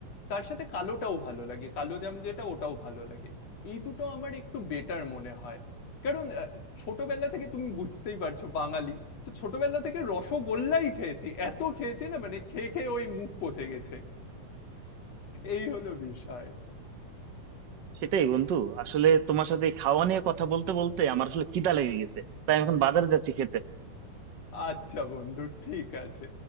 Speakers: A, on the left; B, on the right.
A: তার সাথে কালোটাও ভালো লাগে কালো জাম যেটা ওটাও ভালো লাগে এই দুটো আমার একটু বেটার মনে হয় কারণ আহ, ছোটবেলা থেকে তুমি বুঝতেই পারছো বাঙালি তো ছোটবেলা থেকে রসগোল্লাই খেয়েছি এত খেয়েছি না মানে খেয়ে খেয়ে ওই মুখ পচে গেছে এই হলো বিষয়
B: সেটাই বন্ধু আসলে তোমার সাথে এই খাওয়া নিয়ে কথা বলতে বলতে আমার আসলে খিদা লেগে গেছে তাই আমি এখন বাজারে যাচ্ছি খেতে
A: আচ্ছা বন্ধু ঠিক আছে